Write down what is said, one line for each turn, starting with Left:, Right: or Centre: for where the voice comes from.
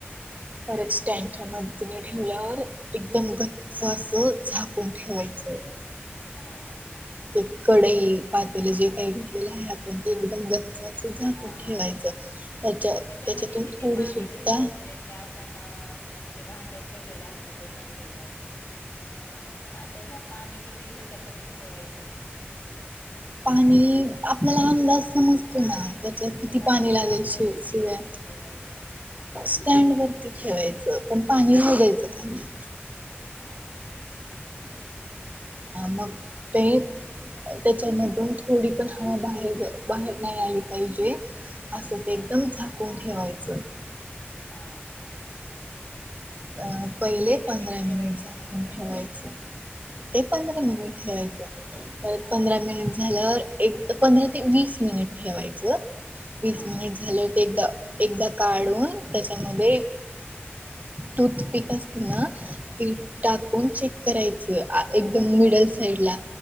Right: बच त्यांच्या मदतीने ठेवल्यावर एकदम गच्च असं झाकून ठेवायचं
Left: हा हा
Right: ते कडई पातेले जे काही घेतलेलं आहे आपण ते एकदम गच् झाकून
Left: हा
Right: ठेवायचं
Left: हा
Right: त्याच्या त्याच्यातून
Left: त्याच्यामध्ये किती
Right: थोडी
Left: पाणी
Right: सुद्धा
Left: घ्यायचं म्हणजे ते आपण ते भांड ठेवलेलं असत ते कंटेनर ते अ त्याला पाणी किती ह्याच्यापर्यंत ठेवायचं
Right: पाणी आपल्याला अंदाज समजत
Left: पाण्यात
Right: ना त्याच
Left: ठेवायचं
Right: किती
Left: का असं
Right: पाणी
Left: स्टँड
Right: लागेल
Left: वरती
Right: शिव शिवाय
Left: नुसतं ठेवायचं
Right: स्टँड वरती ठेवायचं पण पाणी भगायचं खाली
Left: हा हा
Right: मग
Left: ठीक आहे
Right: ते त्याच्यामधून थोडी पण हवा बाहेर बाहेर नाही आली पाहिजे असं
Left: हा
Right: ते एकदम झाकून ठेवायचं.
Left: हा हा
Right: अ पहिले
Left: किती
Right: पंधरा
Left: ठेवायचं
Right: मिनिट झाकून
Left: मग ते
Right: ठेवायचे ते पंधरा मिनिट ठेवायचं परत
Left: हा
Right: पंधरा मिनिट झाल्या एक पंधरा ते वीस मिनिट ठेवायचं वीस
Left: हा
Right: मिनिट झालं
Left: हा
Right: एकदा एकदा काढून त्याच्यामध्ये टूथपिक
Left: हां,
Right: असते ति ना ती टाकून चेक करायचं एकदम मिडल साईड ला